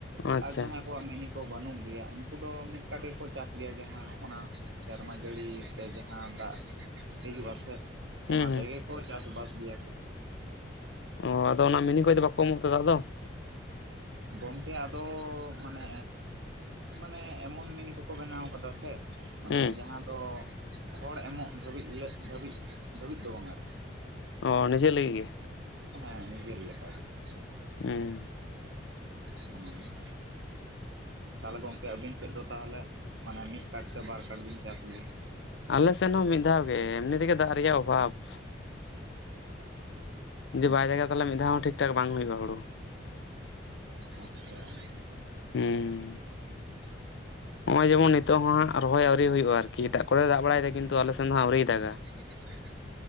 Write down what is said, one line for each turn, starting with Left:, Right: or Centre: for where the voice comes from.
Left: ᱟᱪᱪᱷᱟ
Right: ᱟᱨ ᱡᱟᱦᱟᱸᱭ ᱟᱠᱩᱣᱟᱜ ᱢᱤᱱᱤ ᱠᱚ ᱵᱟᱹᱱᱩᱜ ᱜᱮᱭᱟ ᱩᱱᱠᱩ ᱫᱚ ᱢᱤᱫ ᱠᱟᱴᱤ ᱜᱮᱠᱚ ᱪᱟᱥ ᱜᱮᱭᱟ ᱡᱟᱦᱟᱸ ᱚᱱᱟ ᱥᱮᱨᱢᱟ ᱡᱟᱹᱲᱤ ᱛᱮ ᱡᱟᱦᱟᱸ ᱫᱟᱜ ᱦᱤᱡᱩᱜᱼᱟ ᱥᱮ ᱾
Left: ᱦᱩᱸ
Right: ᱚᱱᱟ
Left: ᱦᱩᱸ
Right: ᱛᱮᱜᱮ ᱠᱚ ᱪᱟᱥᱵᱟᱥ ᱜᱮᱭᱟ ᱠᱚ ᱾
Left: ᱚᱻ ᱟᱫᱚ ᱚᱱᱟ ᱢᱤᱱᱤ ᱠᱷᱚᱡ ᱫᱚ ᱵᱟᱠᱚ ᱮᱢᱚᱜ ᱛᱮ ᱫᱟᱜ ᱫᱚ?
Right: ᱜᱚᱝᱠᱮ ᱟᱫᱚ ᱢᱟᱱᱮ, ᱢᱟᱱᱮ ᱮᱢᱚᱱ ᱢᱤᱱᱤ ᱠᱚᱠᱚ ᱵᱮᱱᱟᱣ ᱠᱟᱫᱟ ᱥᱮ ᱢᱟᱱᱮ
Left: ᱦᱮᱸ
Right: ᱡᱟᱦᱟᱸ ᱫᱚ ᱦᱚᱲ ᱮᱢᱚᱜ ᱫᱷᱟᱹᱵᱤᱡ ᱠᱩᱞᱟᱹᱜ ᱫᱷᱟᱹᱵᱤᱡ ᱫᱚ ᱵᱟᱝ ᱟᱨᱠᱤ ᱾
Left: ᱚᱻ ᱱᱤᱡᱮ ᱞᱟᱹᱜᱤᱫ ᱜᱮ?
Right: ᱦᱮᱸ ᱱᱤᱡᱮᱨ ᱞᱮᱠᱟᱜᱮ ᱾
Left: <unintelligible>
Right: ᱦᱚᱸ-ᱚ ᱱᱚᱝᱠᱟ ᱛᱟᱦᱚᱞᱮ ᱜᱚᱢ ᱟᱹᱵᱤᱱ ᱥᱮᱫ ᱫᱚ ᱛᱟᱦᱚᱞᱮ ᱢᱟᱱᱮ ᱢᱤᱫ ᱠᱟᱴ ᱥᱮ ᱵᱟᱨ ᱠᱟᱴ ᱵᱤᱱ ᱪᱟᱥ ᱜᱮᱭᱟ?
Left: ᱟᱞᱮᱥᱮᱫ ᱦᱚᱸ ᱢᱤᱫ ᱫᱷᱟᱣ ᱜᱮ ᱮᱢᱱᱤ ᱛᱮᱜᱮ ᱫᱟᱜ ᱨᱮᱭᱟᱜ ᱚᱵᱷᱟᱵᱽ ᱾ ᱡᱩᱫᱤ
Right: ᱟᱪᱪᱷᱟ
Left: ᱵᱟᱭ ᱫᱟᱜᱟ ᱛᱟᱦᱞᱮ ᱢᱤᱫ ᱫᱷᱟᱣ ᱦᱚᱸ ᱴᱷᱤᱠ ᱴᱷᱟᱠ ᱵᱟᱝ ᱦᱩᱭᱩᱜᱼᱟ ᱦᱩᱲᱩ ᱾
Right: ᱟᱪᱪᱷᱟ ᱾
Left: ᱦᱮᱸ
Right: <inaudible>
Left: ᱱᱚᱜ-ᱚᱭ ᱡᱮᱢᱚᱱ ᱱᱤᱛᱚᱜ ᱦᱚᱸ ᱦᱟᱸᱜ ᱨᱚᱦᱚᱭ ᱟᱣᱨᱤ ᱦᱩᱭᱩᱜᱼᱟ ᱟᱨᱠᱤ ᱮᱴᱟᱜ ᱠᱚᱨᱮ ᱫᱟᱜ ᱵᱟᱲᱟᱭ ᱫᱟᱭ ᱠᱤᱱᱛᱩ ᱟᱞᱮ ᱥᱮᱱ ᱫᱚ ᱦᱟᱸᱜ ᱟᱹᱣᱨᱤᱭ ᱫᱟᱜᱟ ᱾
Right: <inaudible>